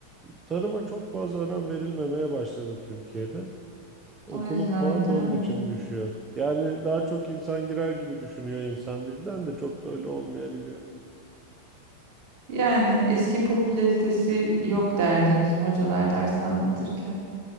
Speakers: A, on the right; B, on the right.
A: tarıma çok fazla önem verilmemeye başladı Türkiye'de. Okulun
B: O yüzden
A: puanı
B: de
A: da onun
B: evet.
A: için düşüyor. Yani daha çok insan girer gibi düşünüyor insan birden de çok da öyle olmayabiliyor.
B: yani eski popülaritesi yok derdi bizim hocalar ders anlatırken.